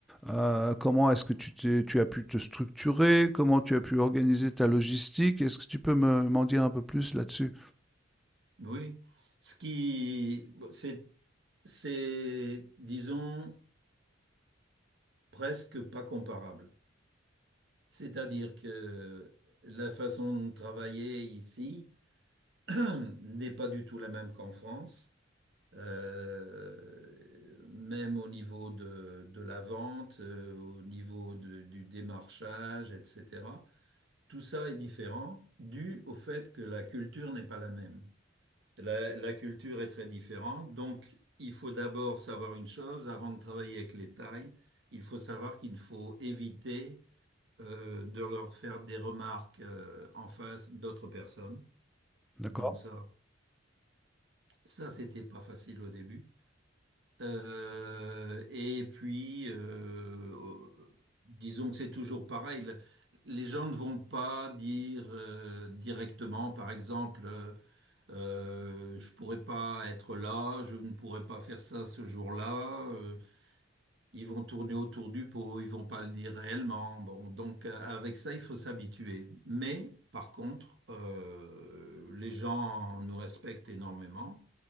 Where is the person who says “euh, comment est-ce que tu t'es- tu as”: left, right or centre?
Centre